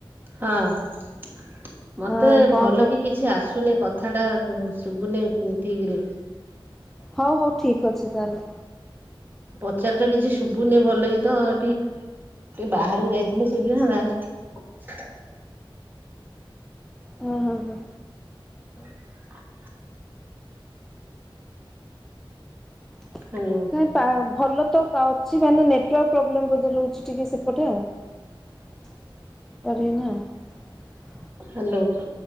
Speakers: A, on the right; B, in the centre.
A: ହଁ <inaudible> ମତେ
B: ଆଁ କଣ
A: ଭଲ କି କିଛି ଆସୁନି କ ଥଣ୍ଡା ସୁୁବୁନି ଠିକରେ।
B: ହଉ ହଉ ଠିକ ଅଛି ତାହେଲେ।
A: <unintelligible> କିଛି ଶୁଭୁନି ଭଲ କି ତ ଏଠି ଟିକେ ବାହାରକୁ ଯାଇଥିଲେ ସୁଗିଥନ୍ତା।
B: ହୁଁ ହୁଁ ହୁଁ।
A: <inaudible>
B: <unintelligible>
A: ହ୍ୟାଲୋ
B: ଭଲ ତ କା ବୁଝିପାରୁନି ନେଟୱାର୍କ ପବ୍ଲେମ୍ ବୋଧେ ରହୁଛି। ଟିକେ ସେପଟେ ଆଉ <inaudible> କରେନା <inaudible>
A: ହାଲୋ <inaudible>